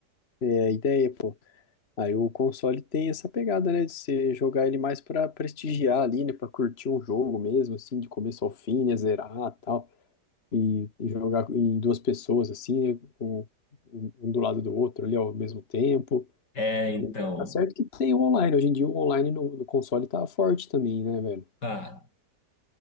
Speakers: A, on the left; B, on the left.
A: é a ideia, pô. Aí o console tem essa pegada, né? De você jogar ele mais pra prestigiar ali, né? Pra curtir um jogo mesmo, assim, de começo ao fim, né? Zerar e tal. E, e jogar em duas pessoas, assim, né? com- um um do lado do outro ali ao mesmo tempo.
B: É, então.
A: E tá certo que tem o online. Hoje em dia o online no, no console tá forte também, né, velho?
B: tá.